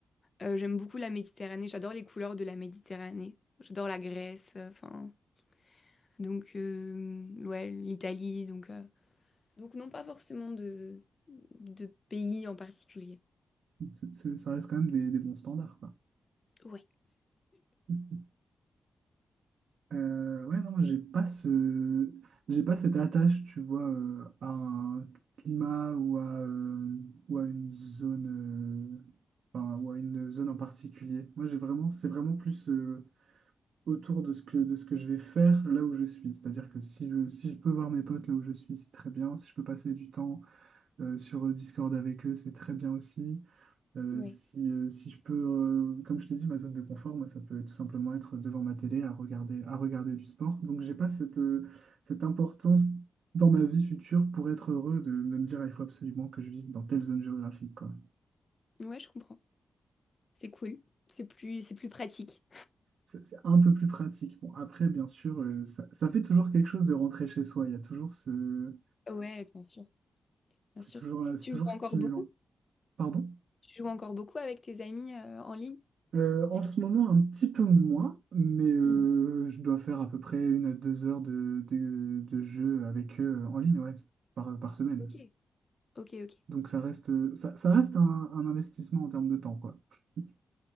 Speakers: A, on the left (about 35°); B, on the right (about 80°).
A: Euh, j'aime beaucoup la Méditerranée, j'adore les couleurs de la Méditerranée. J'adore la Grèce, euh, enfin. donc, euh, ouais, l'Italie. Donc, euh, donc, non, pas forcément de, de pays en particulier.
B: c'est- c'est- ça reste quand même des, des bons standards, quoi.
A: Ouais.
B: <laughs> Euh, ouais, non, moi, j'ai pas ce... j'ai pas cette attache, tu vois, euh, à un climat ou à, euh, ou à une zone, euh, enfin, ou à une zone en particulier. Moi, j'ai vraiment, c'est vraiment plus euh, autour de ce que, de ce que je vais faire là où je suis. C'est-à-dire que si je, si je peux voir mes potes là où je suis, c'est très bien. Si je peux passer du temps euh, sur euh, Discord avec eux, c'est très bien aussi. Euh,
A: Ouais.
B: si, euh, si je peux, euh, comme je t'ai dit, ma zone de confort, moi, ça peut tout simplement être devant ma télé à regarder, à regarder du sport. Donc, j'ai pas cette, euh, cette importance dans ma vie future pour être heureux de, de me dire, ah, il faut absolument que je vive dans telle zone géographique, quoi.
A: Ouais, je comprends. C'est cool. C'est plus, c'est plus pratique.
B: C'est c'est un peu plus pratique. Bon, après, bien sûr, euh, ça, ça fait toujours quelque chose de rentrer chez soi. Il y a toujours ce...
A: Ouais, bien sûr, bien
B: C'est
A: sûr.
B: toujours, euh, c'est
A: Tu
B: toujours
A: joues
B: stimulant.
A: encore beaucoup?
B: Pardon?
A: Tu joues encore beaucoup avec tes amis euh, en ligne?
B: Euh,
A: C'est
B: en
A: que-
B: ce moment, un petit peu moins, mais euh,
A: Mhm.
B: je dois faire à peu près une à deux heures de, de, de jeu avec eux euh, en ligne, ouais, par, par semaine.
A: Ok, ok, ok.
B: Donc ça reste, euh, ça, ça reste un, un investissement en termes de temps, quoi. <laughs>